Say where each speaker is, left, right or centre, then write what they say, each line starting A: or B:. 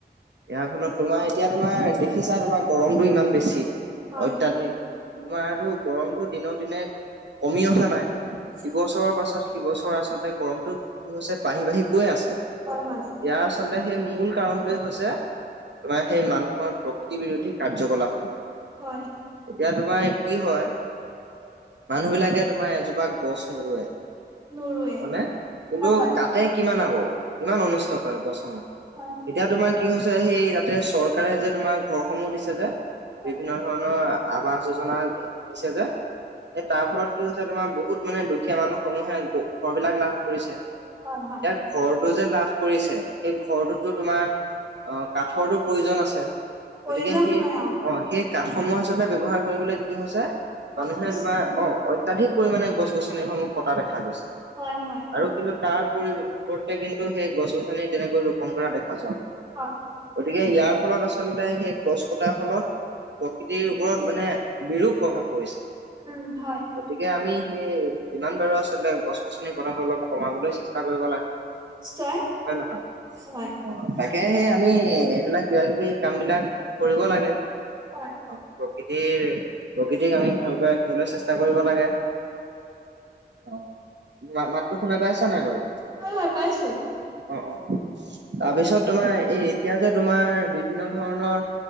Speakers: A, on the right; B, on the right.
A: ইয়াৰ ফলত তোমাৰ এতিয়া তোমাৰ দেখিছা তোমাৰ গৰম ইমান বেছি
B: হয়
A: অত্যাধিক তোমাৰ
B: হয়
A: গৰমটো দিনক দিনে কমি অহা নাই
B: হয়
A: ইবছৰৰ পাছত সিবছৰ আচলতে গৰমটো কি হৈছে বাঢ়ি বাঢ়ি গৈ আছে।
B: হয়
A: ইয়াৰ আচলতে সেই মূল কাৰণটোৱে হৈছে তোমাৰ সেই মানুহৰ প্ৰকৃতি বিৰোধী কা কাৰ্যকলাপ,
B: হয়
A: এতিয়া তোমাৰ কি হয় মানুহ বিলাকে তোমাৰ এজোপা গছ নৰুৱে
B: নোৰুৱে
A: হয়নে? কিন্তু
B: হয় হয়
A: তাতে কিমান আকৌ কিমান অনিষ্ট কৰে গছসমূহ।
B: হয়
A: এতিয়া তোমাৰ কি হৈছে সেই তাতে চৰকাৰে যে তোমাৰ ঘৰসমূহ দিছে <unintelligible>
B: হয়
A: বিভিন্ন ধৰণৰ আৱাস যোজনা। বিছ হাজাৰ। এ তাৰ ফলত কি হৈছে তোমাৰ বহুত মানে দুখীয়া মানুহ সমূহে ঘৰ বিলাক লাভ কৰিছে। এতিয়া
B: হয় হয়
A: ঘৰটো যে লাভ কৰিছে সেই ঘৰটোতো তোমাৰ কাঠৰটো প্ৰয়োজন আছে।
B: প্ৰয়োজন
A: গতিকে সেই
B: হয়
A: অ, সেই কাঠসমূহ আচলতে ব্যাৱহাৰ কৰিবলে কৈছে
B: গছ
A: মানুহে
B: গছনি
A: অ, অত্যাধিক পৰিমানে গছ-গছনিসমূহ কটা দেখা গৈছে।
B: হয় হয়
A: আৰু কিন্তু তাৰ পৰিৱৰ্তে কিন্তু সেই গছ- গছনিত তেনেকৈ ৰোপণ কৰা দেখা
B: হয়
A: গতিকে ইয়াৰ ফলত আচলতে সেই গছ কটাৰ ফলত প্ৰকৃতিৰ ওপৰত মানে বিৰূপ প্ৰভাৱ পৰিছে।
B: উম হয়
A: গতিকে আমি সেই যিমান পাৰোঁ আচলতে সেই গছ-গছনি কটাটো অলপ কমাবলৈ চেষ্টা কৰিব লাগে
B: নিশ্চয়
A: হয় নে নহয়?
B: হয়
A: অ, তাকে সেই আমি এইবিলাক কিবা কিবি কাম বিলাক কৰিব লাগে।
B: হয়
A: অ, প্ৰকৃতিৰ প্ৰকৃতিক আমি ভালকৈ ৰাখিবলৈ চেষ্টা কৰিব লাগে। অ', মাতটো শুনা পাই আছা নাই বাৰু?
B: হয় হয় পাইছো
A: অ', অ', অ', তাৰপিছত তোমাৰ এই এতিয়া যে তোমাৰ বিভিন্ন ধৰণৰ